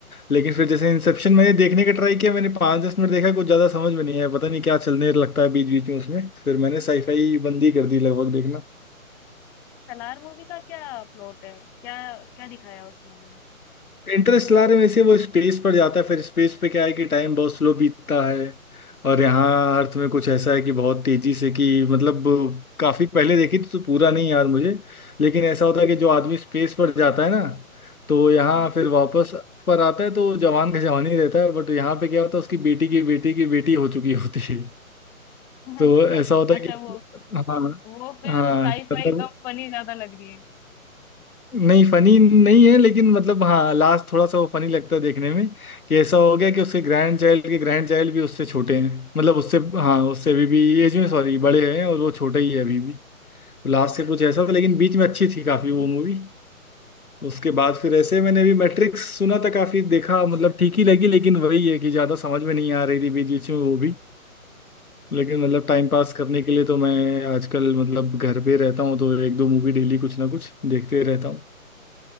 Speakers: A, on the left; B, in the centre.
A: लेकिन फिर जैसे इंसेप्शन मैंने देखने का ट्राई किया मैंने पाँच दस मिनट देखा कुछ ज़्यादा समझ में नहीं आया पता नहीं क्या चलने लगता है बीच बीच में उसमें फिर मैंने साईफाई बंद ही कर दी लगभग देखना
B: सलार मूवी का क्या प्लॉट है क्या क्या दिखाया है उस मूवी में
A: इंटरस्टेलर में से वो स्पेस पर जाता है फिर स्पेस पे क्या है कि टाइम बहुत स्लो बीतता है और यहाँ अर्थ में कुछ ऐसा है कि बहुत तेजी से कि मतलब काफी पहले देखी थी तो पूरा नहीं याद मुझे लेकिन ऐसा होता है कि जो आदमी स्पेस पर जाता है ना तो यहाँ
B: हुँ।
A: फिर वापस पर आता है तो जवान का जवान ही रहता है बट यहाँ पे क्या होता है उसकी बेटी की बेटी की बेटी हो चुकी होती है तो
B: अच्छा,
A: ऐसा होता
B: अच्छा
A: है कि
B: वो
A: हाँ
B: वो फ़िल्म
A: हाँ
B: साइ-फाई
A: कि मतलब
B: कम फ़नी ज़्यादा लग रही है।
A: नहीं फनी नहीं है लेकिन मतलब हाँ लास्ट थोड़ा सा वो फनी लगता है देखने में कि ऐसा हो गया कि उसके ग्रैंड चाइल्ड के ग्रैंड चाइल्ड भी उससे छोटे हैं मतलब उससे हाँ उससे अभी भी एज में सॉरी बड़े हैं और वो छोटे ही है अभी भी तो लास्ट से कुछ ऐसा था लेकिन बीच में अच्छी थी काफी वो मूवी उसके बाद फिर ऐसे मैंने भी मैट्रिक्स सुना था काफी देखा मतलब ठीक ही लगी लेकिन वही है कि ज्यादा समझ में नहीं आ रही थी बीच बीच में वो भी लेकिन मतलब टाइम पास करने के लिए तो मैं आजकल मतलब घर पे रहता हूँ तो एक दो मूवी डेली कुछ ना कुछ देखते रहता हूँ